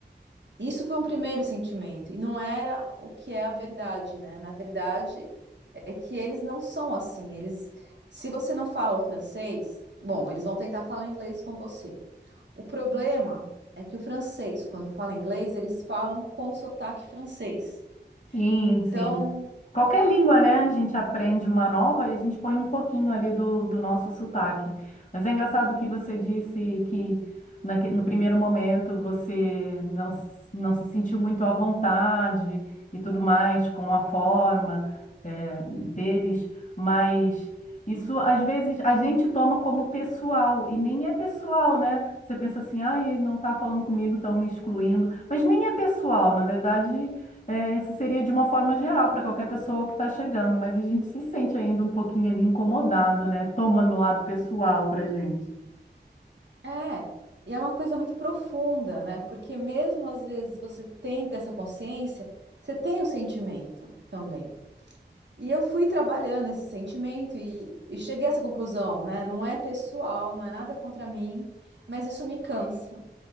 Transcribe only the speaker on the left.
Sim,
sim. Qualquer língua, né? A gente aprende uma nova e a gente põe um pouquinho ali do, do nosso sotaque. Mas é engraçado que você disse que naque- no primeiro momento você não, s- não se sentiu muito à vontade e tudo mais com a forma, eh, deles, mas isso às vezes a gente toma como pessoal e nem é pessoal, né? Você pensa assim, ah, ele não está falando comigo, estão me excluindo, mas nem é pessoal, na verdade. É, isso seria de uma forma geral para qualquer pessoa que está chegando, mas a gente se sente ainda um pouquinho ali incomodado, né? Toma no lado pessoal para gente.